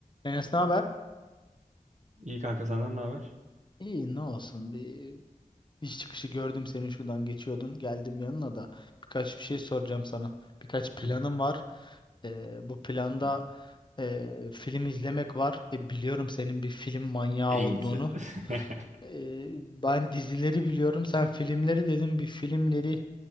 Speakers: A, on the left; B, on the right.
A: Enes ne haber?
B: İyi kanka senden ne haber?
A: İyi ne olsun bir iş çıkışı gördüm seni şuradan geçiyordun geldim yanına da birkaç bir şey soracağım sana birkaç planım
B: Hı hı.
A: var Ee, bu planda
B: Tabii.
A: e, film izlemek var E, biliyorum senin bir film manyağı
B: En
A: olduğunu
B: güzeli. <laughs>
A: Ee, ben dizileri biliyorum sen filmleri dedim bir filmleri